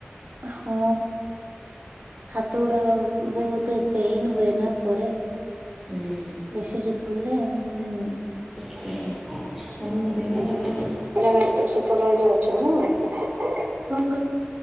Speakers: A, on the right; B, in the centre.
A: ହଁ। ହାତ ଗୁଡା ବହୁତ ପେନ ହୁଏନା ପରେ।
B: ହୁଁ
A: ବେସି ଚିପୁଡ଼ିଲେ ହୁଁ।
B: ସେଇଟା ମାନେ ମୁଁ ଦିନ ଜାକ ଏ
A: ମାନେ ମୁଁ ଏପଟେ ସେପଟେ ରହିଯାଉଛି ନା।